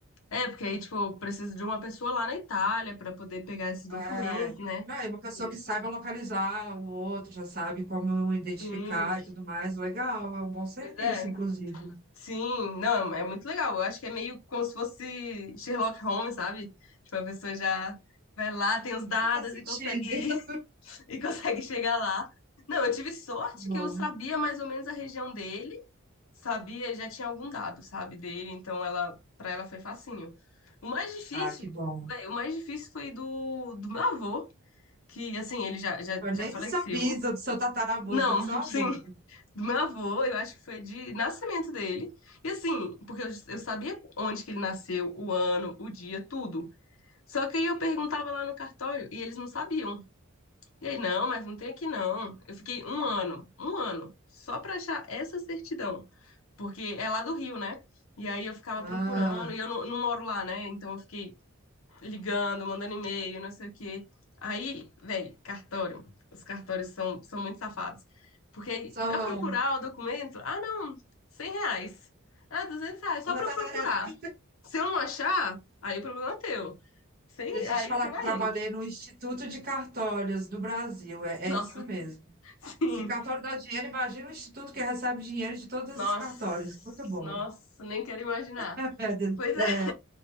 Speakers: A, on the left (about 75°); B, on the right (about 45°).
A: É, porque aí, tipo, eu preciso de uma pessoa lá na Itália para poder pegar esses documentos,
B: É,
A: né?
B: não, é uma pessoa
A: E-
B: que saiba localizar o outro, já sabe como identificar
A: Sim,
B: e tudo mais. Legal, é um bom serviço,
A: pois é.
B: inclusive.
A: Sim, não, é muito legal. Eu acho que é meio como se fosse Sherlock Holmes, sabe? Tipo, a pessoa já vai lá, tem os dados
B: E tá sentindo.
A: e consegue
B: Que
A: <laughs> e consegue chegar lá. Não, eu tive sorte
B: Bom.
A: que eu sabia mais ou menos a região dele, sabia, já tinha algum dado, sabe, dele, então ela para ela foi facinho. O mais difícil,
B: Ah, que bom.
A: véi, o mais difícil foi do do meu avô. que assim, ele já, já,
B: Foi
A: já
B: nem
A: faleceu.
B: do seu bisa, do seu tataravô,
A: Não,
B: foi do seu
A: <laughs>
B: avô.
A: sim, do meu avô, eu acho que foi de nascimento dele. E assim, porque eu, eu sabia onde que ele nasceu, o ano, o dia, tudo. Só que aí eu perguntava lá no cartório e eles não sabiam. E aí, não, mas não tem aqui não. Eu fiquei um ano, um ano, só pra achar essa certidão. Porque é lá do Rio, né? E aí eu ficava
B: Ah,
A: procurando, e eu não, não moro lá, né? Então eu fiquei ligando, mandando e-mail, não sei o quê. Aí, velho, cartório. Os cartórios são, são muito safados. Porque
B: são.
A: para procurar o documento, ah, não, 100 reais. Ah, 200 reais, só
B: <laughs>
A: para eu procurar. Se eu não achar, aí o problema é teu. Sem,
B: Deixa
A: aí
B: eu te falar
A: você vai
B: que eu trabalhei
A: indo.
B: no Instituto de Cartórios do Brasil. É,
A: Nossa,
B: é isso mesmo.
A: <laughs> sim.
B: Se cartório dá dinheiro, imagina o instituto que recebe dinheiro de todos
A: Nossa,
B: esses cartórios. Muito bom.
A: nossa, nem quero imaginar.
B: É, de-
A: Pois
B: é,
A: é,